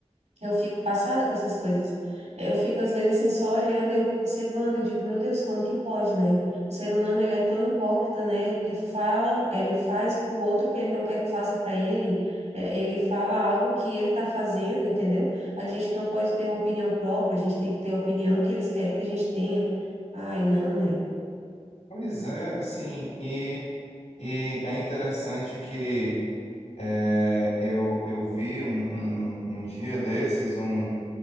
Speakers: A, on the right; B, on the left.
A: eu fico passada com essas coisas. Eu fico, às vezes, assim, só olhando e observando. Eu digo, meu Deus, como que pode, né? O ser humano, ele é tão hipócrita, né? Ele fala, ele faz para o outro o que ele não quer que faça para ele. É, Ele fala algo que ele está fazendo, entendeu? A gente não pode ter uma opinião própria, a gente tem que ter a opinião que eles querem que a gente tenha. Ai, não, né?
B: Pois é, assim, e, e é interessante que é, eu, eu vi um, um, um dia desses um,